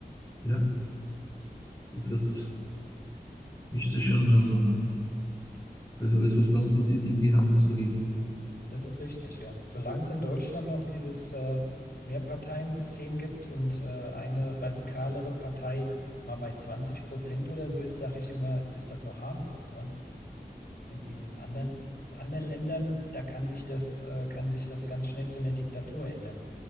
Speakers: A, on the left (about 15°); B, on the left (about 65°).
A: Ja, und dort ist das schon einmal was anderes. Da ist alles, was bei uns passiert, irgendwie harmlos dagegen.
B: Das ist richtig, ja. Solange es in Deutschland noch dieses äh, Mehrparteiensystem gibt und äh, eine radikalere Partei mal bei 20 Prozent oder so ist, sage ich immer, ist das noch harmlos, ne? In, in anderen, anderen Ländern, da kann sich das, äh, kann sich das ganz schnell zu einer Diktatur ändern,